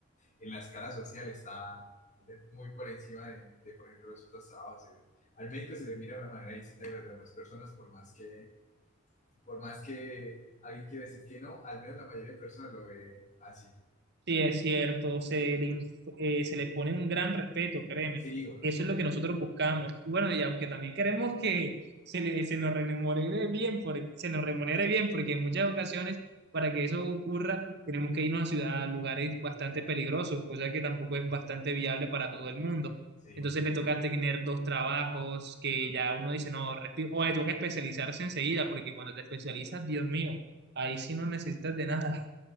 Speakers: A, on the left; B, on the right.
A: en la escala social está muy por encima de, de, por ejemplo, los otros trabajos. Al médico se le mira de una manera distinta que las demás personas, por más que, por más que alguien quiera decir que no, al menos la mayoría de personas lo ve así.
B: Sí, es cierto, se le, inf- eh, se le pone un gran respeto, créeme.
A: Sí, con
B: Eso
A: respeto,
B: es lo que nosotros buscamos. Bueno, y aunque también queremos que se, le, se nos remunere bien, por, se nos remunere bien, porque en muchas ocasiones, para que eso ocurra, tenemos que irnos a ciudad, a lugares bastante peligrosos, cosa que tampoco es bastante viable para todo el mundo.
A: sí,
B: Entonces
A: tampoco.
B: le toca tener dos trabajos que ya uno dice, no, respi- o le toca especializarse enseguida, porque cuando te especializas, Dios mío, ahí sí no necesitas de nada.